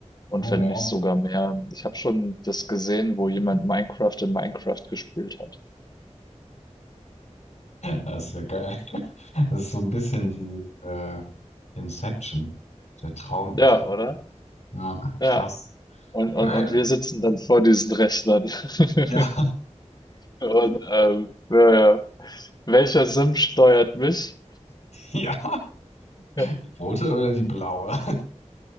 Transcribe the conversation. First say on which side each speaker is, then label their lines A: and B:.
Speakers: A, on the left; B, on the left.
A: Und
B: Oh,
A: wenn
B: wow.
A: nicht sogar mehr.
B: <laughs>
A: Ich habe schon das gesehen, wo jemand Minecraft in Minecraft gespielt hat.
B: Das ist ja geil. Das ist so ein bisschen wie äh, Inception, der Traum im
A: Ja,
B: Traum.
A: oder?
B: Ja, krass.
A: Ja. Und,
B: Geil.
A: und, und wir sitzen dann vor diesen Rechnern. <laughs>
B: Ja. <laughs>
A: Und ähm, ja, ja. Welcher Sim steuert mich?
B: Ja.
A: Ja.
B: Die rote oder die blaue?